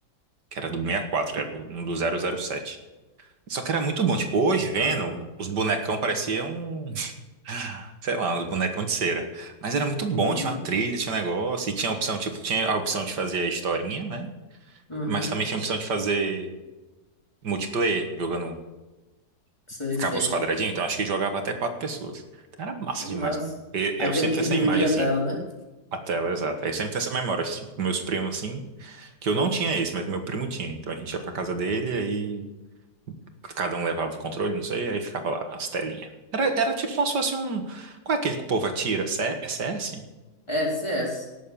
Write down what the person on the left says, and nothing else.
Ah,
hum.
Uhum,
sei,
sei.
Que massa.
Aquele
que
dividia
a tela, né?
É, CS.